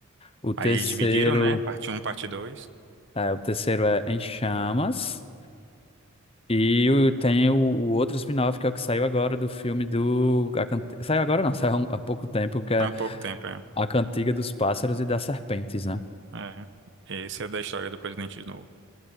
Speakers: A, on the left; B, on the right.
A: o terceiro,
B: Aí eles dividiram, né? Parte um, parte 2.
A: é, o terceiro é Em Chamas. E o- tem o, o outro spin-off que é o que saiu agora do filme do. A Cant- Saiu agora não, <laughs> saiu há um, há pouco tempo, que é
B: Há pouco tempo, é.
A: A Cantiga dos Pássaros e das Serpentes, né?
B: É. Esse é da história do Presidente Snow.